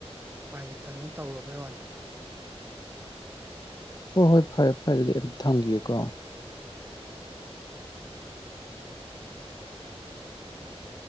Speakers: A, on the right (about 20°); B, on the left (about 40°).
A: ꯎꯄꯥꯏ ꯂꯩꯇꯗꯅ ꯇꯧꯔꯕꯩ ꯋꯥꯅꯦ
B: ꯍꯣꯏ ꯍꯣꯏ ꯐꯔꯦ ꯐꯔꯦ ꯑꯗꯨꯗꯤ ꯑꯝ ꯊꯝꯈꯤꯒꯦꯀꯣ
A: ꯀ <inaudible>